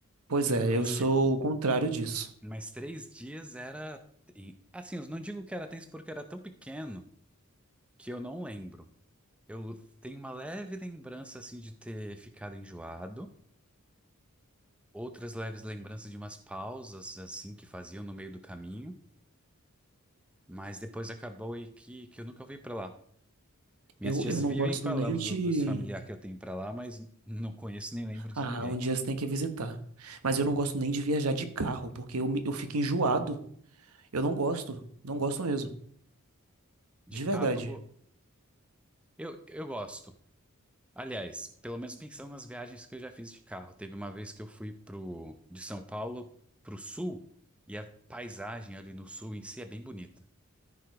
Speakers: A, on the right; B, in the centre.
A: Pois é,
B: Mas,
A: eu sou
B: tipo,
A: o contrário disso.
B: mas três dias era. Assim, eu não digo que era tenso porque era tão pequeno que eu não lembro. Eu tenho uma leve lembrança, assim, de ter ficado enjoado. Outras leves lembranças de umas pausas, assim, que faziam no meio do caminho. Mas depois acabou e que, que eu nunca fui pra lá. Minhas
A: Eu,
B: tias
A: eu
B: vivem
A: não gosto
B: falando
A: nem de.
B: do- dos familiares que eu tenho pra lá, mas não conheço nem lembro de
A: Ah,
B: ninguém.
A: um dia você tem que visitar. Mas eu não gosto nem de viajar de carro, porque eu, me- eu fico enjoado. Eu não gosto. Não gosto mesmo.
B: De
A: De
B: carro,
A: verdade.
B: eu, eu gosto. Aliás, pelo menos pensando nas viagens que eu já fiz de carro. Teve uma vez que eu fui pro, de São Paulo pro sul, e a paisagem ali no sul em si é bem bonita.